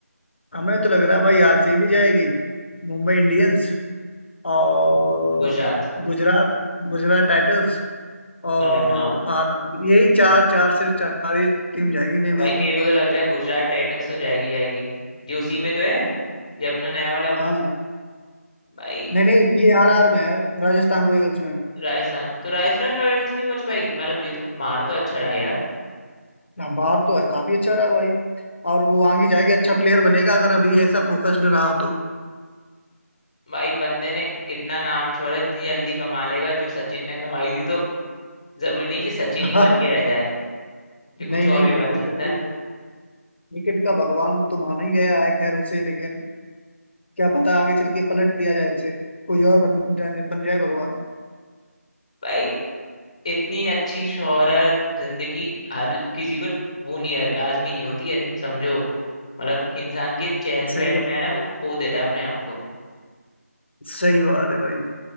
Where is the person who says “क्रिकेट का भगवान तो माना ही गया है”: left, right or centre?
Left